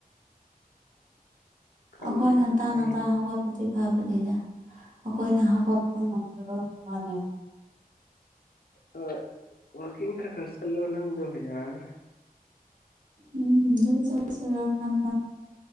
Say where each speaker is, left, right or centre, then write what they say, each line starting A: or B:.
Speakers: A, on the left (about 75°); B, on the right (about 55°).
A: ꯈꯪꯗꯦꯗ
B: ꯑꯩꯈꯣꯏ ꯉꯟꯇꯥ
A: ꯐꯩ
B: ꯉꯟꯇꯥ ꯍꯧꯒꯠꯄ ꯗꯤ ꯐꯕꯅꯤꯅ ꯑꯩꯈꯣꯏꯅ ꯍꯧꯒꯠꯄ ꯉꯝꯗꯕꯒꯤ ꯋꯥꯅꯦꯕ
A: ꯍꯣꯏ ꯋꯥꯛꯀꯤꯡ ꯈꯔ ꯈꯔ ꯆꯠꯂꯣ ꯅꯪꯗꯣ ꯌꯥꯔꯔꯣꯏ
B: ꯎꯝ ꯍ ꯆꯠꯁꯦꯔ ꯈꯥꯟ